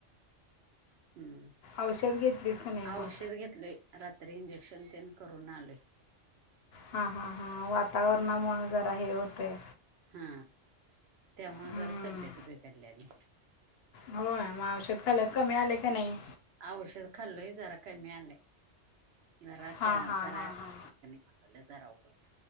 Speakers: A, on the right (about 65°); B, on the left (about 65°).
A: हम्म
B: औषध घेतलीस का नाही
A: औषध
B: मग
A: घेतले रात्री इंजेक्शन त्यान करून आले
B: हा हा हा वातावरणामुळे जरा हे होते
A: हा त्यामुळे
B: हम्म.
A: जरा तब्येत बिघडल्याली
B: हो मग औषध खालस कमी आले की नाही.
A: औषध खाल्लं जरा कमी आलंय जरा
B: हां हां
A: जरा
B: हां
A: त्यांल्या
B: हां
A: जराहच